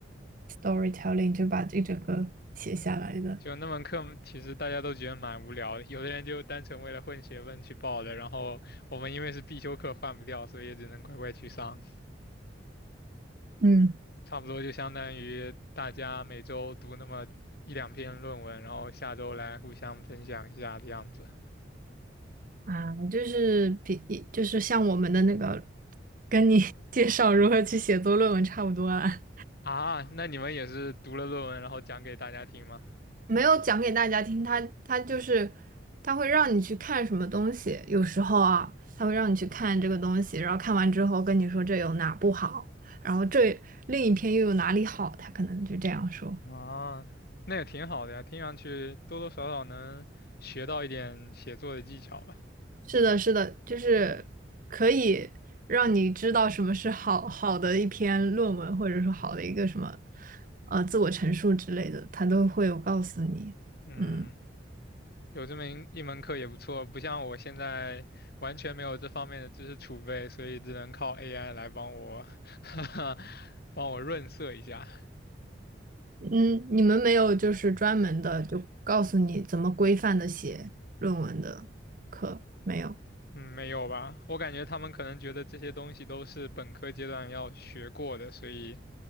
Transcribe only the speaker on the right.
storytelling，就把这整个写下来的。
嗯。
啊，就是比就是像我们的那个，跟你 <laughs> 介绍如何去写作论文差不多啊，
<laughs> 没有讲给大家听，他他就是他会让你去看什么东西，有时候啊，他会让你去看这个东西，然后看完之后跟你说这有哪不好，然后这另一篇又有哪里好，他可能就这样说。
是的，是的，就是可以让你知道什么是好好的一篇论文，或者说好的一个什么呃自我陈述之类的，他都会有告诉你。
嗯
嗯，你们没有就是专门的就告诉你怎么规范的写论文的课，没有。